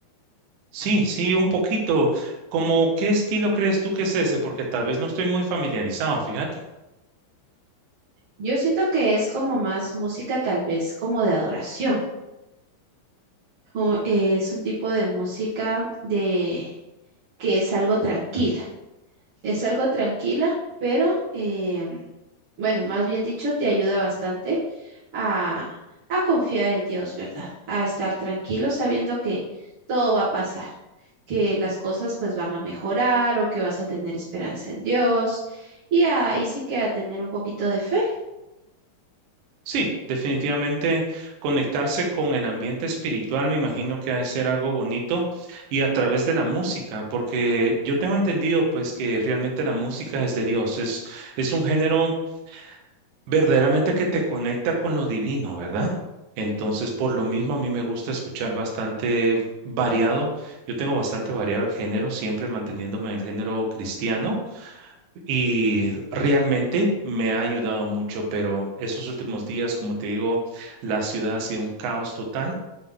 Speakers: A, on the right; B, on the right.
A: Sí, sí, un poquito. como qué estilo crees tú que es ese? Porque tal vez no estoy muy familiarizado, fíjate.
B: Yo siento que es como más música tal vez como de adoración. o, eh, es un tipo de música de que es algo tranquila. Es algo tranquila, pero em, bueno, más bien dicho, te ayuda bastante a, a confiar en Dios, ¿verdad? A estar tranquilo sabiendo que todo va a pasar, que las cosas pues van a mejorar o que vas a tener esperanza en Dios y ahí sí que a tener un poquito de fe.
A: Sí, definitivamente conectarse con el ambiente espiritual me imagino que ha de ser algo bonito y a través de la música, porque yo tengo entendido pues que realmente la música es de Dios, es, es un género verdaderamente que te conecta con lo divino, ¿verdad? Entonces, por lo mismo a mí me gusta escuchar bastante variado, yo tengo bastante variado el género, siempre manteniéndome en el género cristiano. Y realmente me ha ayudado mucho, pero estos últimos días, como te digo, la ciudad ha sido un caos total